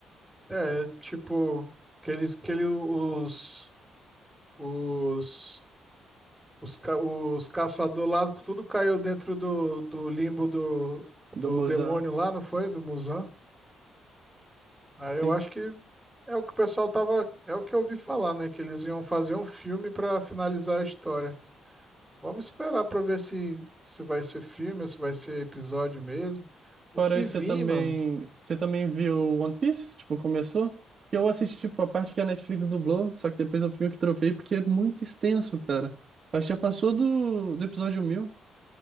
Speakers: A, in the centre; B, on the right (about 35°).
A: é, tipo, que eles, que ele, os, os, os, ca- os caçadores lá, tudo caiu dentro do, do limbo do,
B: do
A: do
B: Mozart,
A: demônio lá, não foi? Do Muzan. Aí
B: sim.
A: eu acho que é o que o pessoal tava, é o que eu ouvi falar, né? Que eles iam fazer um filme pra finalizar a história. Vamos esperar pra ver se se vai ser filme, ou se vai ser episódio mesmo. O
B: Fora
A: que
B: isso,
A: vi,
B: você também,
A: mano?
B: você também viu One Piece? Tipo, começou? Porque eu assisti, tipo, a parte que a Netflix dublou, só que depois eu meio que tropei porque é muito extenso, cara. Mas já passou do, do episódio 1000.